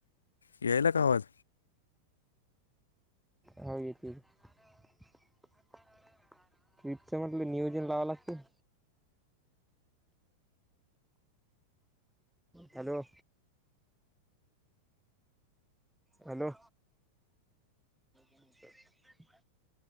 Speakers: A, on the left; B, in the centre.
A: यायला का आवाज
B: होेत रिपच म्हटलं नियोजन लावां लागतील हॅलो हॅलो ह